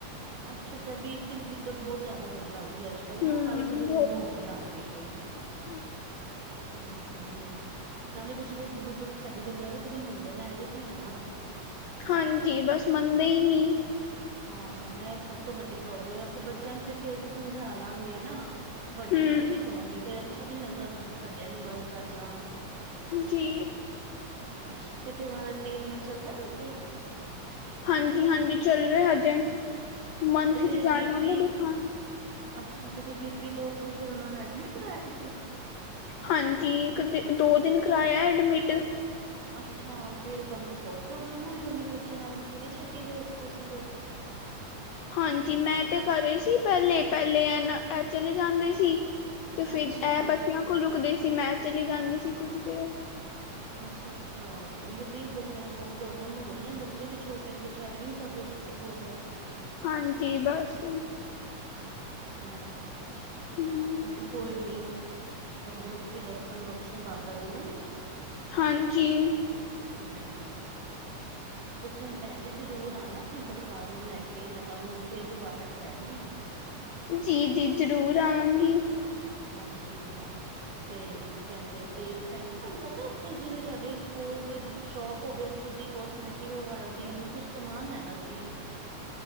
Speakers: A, on the right; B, on the left.
A: ਅੱਛਾ ਅੱਛਾ ਬੀ ਪੀ ਦੀ ਦਿੱਕਤ ਬਹੁਤ ਜ਼ਿਆਦਾ ਹੋਣ ਲੱਗ ਗਈ ਅੱਜ ਲ
B: ਹਮ
A: ਨਾ ਹਰ ਬਜ਼ੁਰਗ ਨੂੰ ਹੋਣ ਲੱਗ ਗਈ ਹੈ
B: ਹਮ
A: <unintelligible> ਨਾਲੇ ਕੁਛ ਬਜ਼ੁਰਗ ਸਾਡੀ ਗੱਲਾਂ ਵੀ ਤਾਂ ਨੀ ਮੰਨਦੇ ਨਾ ਇਹ ਵੀ ਤੇ ਹੈ ਨਾ
B: ਹਾਂਜੀ ਬਸ ਮੰਨਦੇ ਹੀ ਨਹੀਂੀ
A: ਹਾਂ ਇਹ ਸਭ ਤੋਂ ਵੱਡੀ ਪ੍ਰੋਬਲਮ ਅਸੀਂ ਬੱਚਿਆਂ ਨੂੰ ਤੇ ਫੇਰ ਵੀ ਸਮਝਾ ਲਾਂਗੇ ਨਾ ਵੱਡਿਆਂ
B: ਹਮ
A: ਨੂੰ ਕਿਵੇਂ ਕਵਾਂਗੇ ਫੇਰ ਅੱਛਾ ਵੀ ਨਹੀਂੀ ਲੱਗਦਾ ਵੱਡਿਆਂ ਨੂੰ ਗੱਲ ਕਰਨਾ
B: ਜੀ
A: ਹਾਂਜੀ ਤੇ ਫੇਿਰ ਉਹਨਾ ਦਾ ਟਰੀਟਮੈਂਟ ਚੱਲਦਾ ਪਿਆ ਜੇ
B: ਹਾਂਜੀ ਹਾਂਜੀ ਚੱਲ ਰਿਹਾ ਹਜੇ
A: ਅੱਛਾ
B: ਮੰਥ
A: ਤੇ ਫੇਰ
B: ਚ ਜਾਣਾ
A: ਬੀ
B: ਉਹਨੂੰ
A: ਪੀ
B: ਦਿਖਾਉਣ
A: ਅੱਛਾ ਤੇ ਫਿਰ ਬੀ ਪੀ ਲੋ ਸੀ ਤੇ ਫਿਰ ਉਹਨਾਂ ਨੇ ਐਡਮਿਟ ਕਰਵਾਆ ਤੁਸੀਂ
B: ਹਾਂਜੀ ਇੱਕ ਦਿ ਦੋ ਦਿਨ ਕਰਾਇਆ ਐਡਮਿਟ
A: ਅੱਛਾ ਫੇਿਰ ਤੁਹਾਨੂੰ ਤੇ ਬਹੁਤ ਪ੍ਰੋਬਲਮ ਹੋਈ ਹੋਣੀ ਬੱਚਿਆਂ ਨਾਲ ਕਿਵੇਂ ਛੱਡ ਕੇ ਗਏ ਸੀ ਤੁਸੀਂ ਫਿਰ
B: ਹਾਂਜੀ ਮੈਂ ਤੇ ਕਰੇ ਸੀ ਪਹਿਲੇ ਪਹਿਲੇ ਇਹਨਾਂ ਇਹ ਚਲੇ ਜਾਂਦੇ ਸੀ ਤੇ ਫਿਰ
A: ਅੱਛਾ
B: ਇਹ ਬੱਚਿਆਂ ਕੋਲ ਰੁਕਦੇ ਸੀ ਮੈਂ ਚਲੀ ਜਾਂਦੀ ਸੀ ਕੁੱਝ ਦੇਰ
A: ਅੱਛਾ ਅੱਛਾ ਉਹੀ ਤੇ ਬੱਚਿਆਂ ਨਾਲ ਬਹੁਤ ਪ੍ਰੋਬਲਮ ਹੋ ਜਾਂਦੀ ਨੇ ਬੱਚੇ ਵੀ ਛੋਟੇ ਛੱਡ ਵੀ ਨੀ ਸਕਦੇ ਕਿਸੇ ਕੋਲ ਕੀ
B: ਹਾਂਜੀ ਬਸ
A: ਹ
B: ਹਮ
A: ਚਲੋ ਕੋਈ ਨੀ ਤੰਦਰੁਸਤੀ ਬਸਤਨ ਬਖਸ਼ਣ ਬਾਬਾ ਜੀ ਨਹੀਂ
B: ਹਾਂਜੀ
A: ਹਮ ਤੁਸੀਂ ਹੁਣ ਭੈਣ ਜੀ ਜਰੂਰ ਆ ਨਾ ਆਪਣਾ ਪਰਿਵਾਰ ਨੂੰ ਲੈ ਕੇ ਮੈਂ ਤੁਹਾਨੂੰ ਹੁਣ ਫੇਰ ਦੁਬਾਰਾ ਕਹਿ ਰਹੀ ਹਾਂ
B: ਜੀ ਜੀ ਜ਼ਰੂਰ ਆਵਾਂਗੀ
A: ਹਾਂਜੀ ਤੇ ਕੀ ਕਹਿੰਦੇ ਨੇ ਤੇ ਭੈਣ ਜੀ ਤੁਹਾਨੂੰ ਪਤਾ ਉੱਥੇ ਜਿਵੇਂ ਤੁਹਾਡੇ ਕੋਲ ਕੋਈ ਦੁ ਸ਼ੋਪ ਭੋਵੇ ਅੱਛੇ ਜੀ ਕੋਸਮੈਟਿਕ ਵਗੈਰਾ ਦੀ ਮੈਂ ਕੁਛ ਸਮਾਨ ਲੈਣਾ ਸੀ